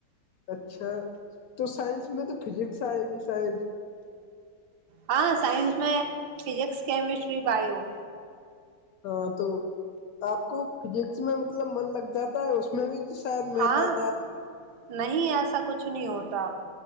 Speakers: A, on the left (about 70°); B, on the right (about 70°).
A: اچھا تو سائنس میں تو فزکس آئے گی شاید
B: ہاں سائنس میں فزکس کیمسٹری بو
A: ہاں تو آپ کو فزکس میں مطلب من لگ جاتا ہے اس میں بھی تو شاید میں
B: ہاں
A: تھا تھا
B: نہیں ایسا کچھ نہیں ہوتا